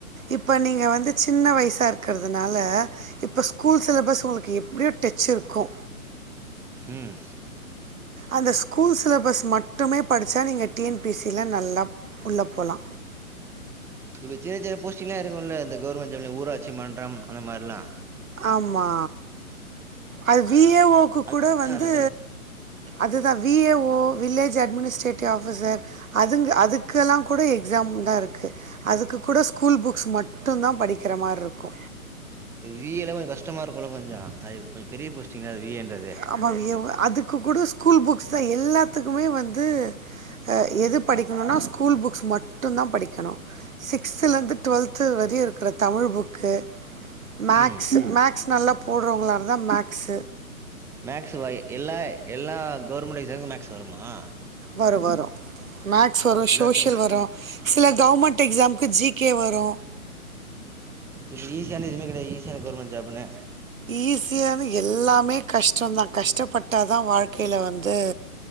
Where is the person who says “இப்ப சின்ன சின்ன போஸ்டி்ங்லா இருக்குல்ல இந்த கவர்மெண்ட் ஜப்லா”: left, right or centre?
Centre